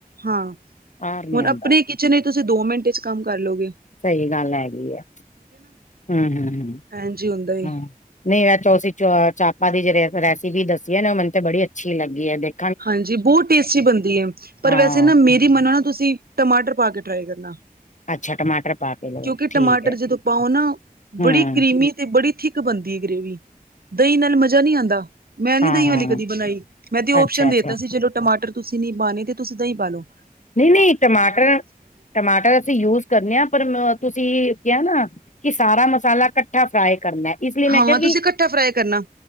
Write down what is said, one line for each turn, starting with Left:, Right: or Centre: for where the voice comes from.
Right: ਹਾਂ,
Left: ਆਰ ਨੀ
Right: ਹੁਣ
Left: ਆਂਦਾ
Right: ਆਪਣੇ ਨਹੀਂ, ਤੁਸੀਂ ਦੋ ਮਿੰਟੇ ਚ' ਕੰਮ ਕਰ ਲਓਗੇ।
Left: ਸਹੀ ਗੱਲ ਹੈਗੀ ਆ। ਹੂੰ, ਹੂੰ,
Right: ਐਂਜ ਹੀ ਹੁੰਦਾ ਏ
Left: ਹੂੰ। ਨਹੀਂ ਐ ਚ- ਚਾਪਾ ਦੀ ਜਿਹੜ ਰੈਸਪੀ ਦੱਸੀ ਹੈ ਨਾ, ਉਹ ਮੈਨੂੰ ਤੇ ਬੜੀ ਅੱਛੀ ਲੱਗੀ ਦੇਖ।
Right: ਹਾਂਜੀ, ਬਹੁਤ ਟੇਸਟੀ ਬਣਦੀ ਐ। ਪਰ
Left: ਹਾਂ
Right: ਵੈਸੇ ਨਾ ਮੇਰੀ ਮੰਨੋ ਨਾ ਤੁਸੀਂ ਟਮਾਟਰ ਪਾ ਕੇ ਟਰਾਈ ਕਰਨਾ।
Left: ਅੱਛਾ। ਟਮਾਟਰ ਪਾ ਕੇ ਲਓ
Right: ਕਿਉਂਕਿ
Left: ਠੀਕ
Right: ਟਮਾਟਰ
Left: ਹੈ
Right: ਜਦੋਂ ਪਾਓ ਨਾ
Left: ਹੂੰ
Right: ਬੜੀ ਕਰੀਮੀ ਤੇ ਬੜੀ ਥਿਕ ਬਣਦੀ ਏ। ਗਰੇੇਵੀ ਦਹੀਂ ਨਾਲ ਮਜ਼ਾ ਨਹੀਂ ਆਂਦਾ। ਮੈਂ ਨੀ
Left: ਹਾਂ
Right: ਦਹੀਂ
Left: ਹਾਂ
Right: ਵਾਲੀ ਕਦੀ ਬਣਾਈ, ਮੈਂ ਤੇ ਓਪਸ਼ਨ
Left: ਅੱਛਾ
Right: ਦੇ
Left: ਅੱਛਾ
Right: ਦਿੱਤਾ ਸੀ। ਚਲੋ ਟਮਾਟਰ ਤੁਸੀਂ ਨੀ ਪਾਣੇ ਤੇ ਤੁਸੀਂ ਦਹੀਂ ਪਾਲੋ।
Left: ਨਹੀਂ- ਨਹੀਂ ਟਮਾਟਰ, ਟਮਾਟਰ ਅਸੀਂ ਯੂਜ ਕਰਨੇ ਆ। ਪਰ ਤੁਸੀਂ ਕਿਹਾ ਨਾ ਕਿ ਸਾਰਾ ਮਸਾਲਾ ਇਕੱਠਾ ਫਰਾਈ ਕਰਨਾ। ਇਸ ਲਈ ਮੈਂ
Right: ਹਾਂ
Left: ਕਿਹਾ ਕਿ,
Right: ਤੁਸੀਂ ਇਕੱਠਾ ਫਰਾਈ ਕਰਨਾ